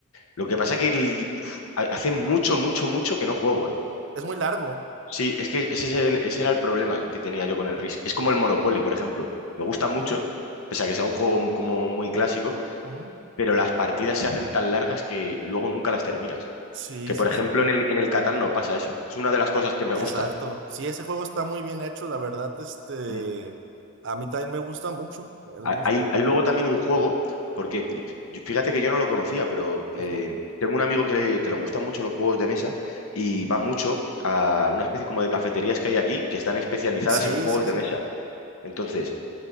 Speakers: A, on the left (about 85°); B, on the right (about 55°).
A: lo que pasa que el- ha- hace mucho, mucho, mucho que no juego, ¿eh?
B: Es muy largo.
A: Sí, es que ese, es el- ese era el problema que tenía yo con el risk. Es como el Monopoly, por ejemplo. Me gusta
B: Ujú,
A: mucho, pese a que sea un juego como muy clásico,
B: ujú.
A: pero las partidas se hacen tan largas que luego nunca las terminas.
B: Sí,
A: Que,
B: sí,
A: por ejemplo,
B: sí.
A: en el, en el Catán no pasa eso. Es una de las cosas que me
B: Exacto.
A: gusta.
B: Sí, ese juego está muy bien hecho, la verdad, este,
A: Mm.
B: a mí también me gusta mucho el Monkey.
A: Hay, hay luego también un juego, porque yo- yo- fíjate que yo no lo conocía, pero eh,
B: Ujú.
A: tengo un amigo que, le- que le gustan mucho los juegos de mesa y va mucho a una especie como de cafeterías que hay aquí que están especializadas
B: Sí,
A: en juegos
B: sí,
A: de
B: sí.
A: mesa. Entonces,